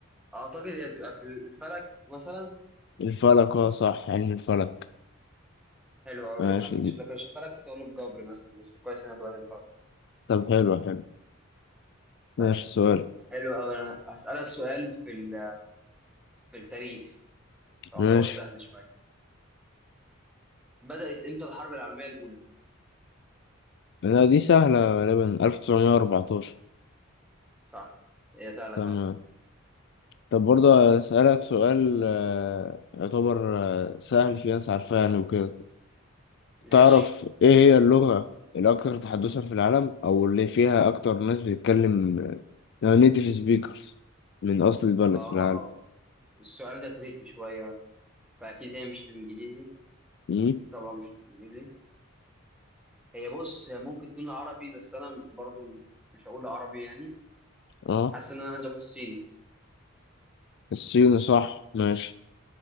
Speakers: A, in the centre; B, on the left (about 55°).
A: أعتقد هي هتبقى في الفلك مثلا
B: الفلك اه صح علم الفلك
A: حلو أوي
B: ماشي
A: أنا كنت لو كنت شفت لك كنت أقول الجبر مثلا بس كويس إنك رايح الفرق
B: طب حلو حلو ماشي
A: طيب
B: سؤال
A: حلو أوي أنا هسألك سؤال في ال- في التاريخ يعتبر
B: ماشي
A: سهل شوية بدأت إمتى الحرب العالمية الأولى؟
B: لا دي سهلة غالبا 1914
A: صح هي سهلة
B: تمام
A: فعلا
B: طب برضه أسألك سؤال آه، يعتبر آه، سهل في ناس عارفاه يعني وكده
A: ماشي
B: تعرف إيه هي اللغة الأكثر تحدثا في العالم أو اللي فيها أكتر ناس بتتكلم نيتيف سبيكرز من أصل البلد
A: آه
B: في العالم
A: السؤال ده تريكي شوية فأكيد هي مش الإنجليزي
B: مم؟
A: طبعا مش الإنجليزي هي بص هي ممكن تكون عربي بس أنا برضو مش هقول عربي يعني
B: أه
A: حاسس إن أنا عايز أقول الصيني
B: الصيني صح ماشي